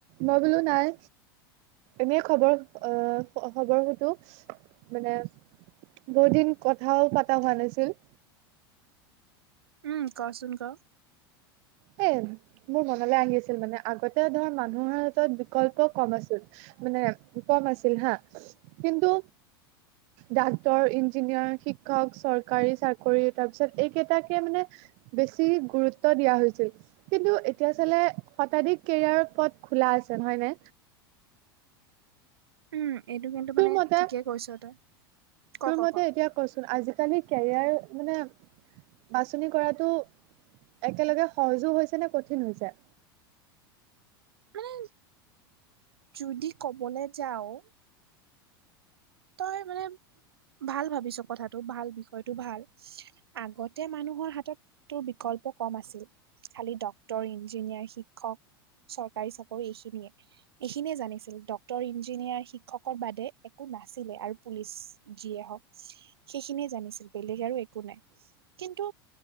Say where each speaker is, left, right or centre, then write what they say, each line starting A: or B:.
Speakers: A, on the right; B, on the right.
A: মই বোলো নাই, এনেই খবৰ আহ খবৰ সতো <unintelligible> মানে বহুত দিন কথাও পতা হোৱা নাছিল।
B: উম, কচোন ক।
A: এ, মোৰ মনলৈ আহি আছিল মানে, আগতে ধৰ মানুহৰ হাতত বিকল্প কম আছিল। মানে দুটা ওলাছিল <unintelligible> হা কিন্তু, ডাক্তৰ, ইঞ্জিনিয়াৰ, শিক্ষক চৰকাৰী চাকৰি তাৰ পিছত এইকেইটাকে মানে, বেছি গুৰুত্ব দিয়া হৈছে কিন্তু এতিয়া চালে শতাধিক কেৰিয়াৰ পথ খোলা আছে নহয়নে?
B: উম, এইটো কিন্তু
A: তোৰ
B: মানে
A: মতে
B: ঠিকেই কৈছ তই। ক
A: তোৰ
B: ক
A: মতে
B: ক
A: এতিয়া কচোন, আজিকালি কেৰিয়াৰ মানে বাছনি কৰাটো একেলগে সহজো হৈছে নে, কঠিন হৈছে?
B: মানে, যদি কবলৈ যাওঁ তই মানে ভাল ভাবিছ, কথাটো ভাল বিষয়টো ভাল, আগতে মানুহৰ হাতত তোৰ বিকল্প কম আছিল, খালি ডক্তৰ, ইঞ্জিনিয়াৰ, শিক্ষক চৰকাৰী চাকৰি এইখিনিয়ে, এইখিনিয়ে জানিছিল ডক তৰ, ইঞ্জিনিয়াৰ, শিক্ষকৰ বাদে একো নাই ছিলে আৰু পুলিচ যিয়ে হওঁক, সেইখিনিয়ে জানিছিল বেলেগ আৰু একো একো নাই, কিন্তু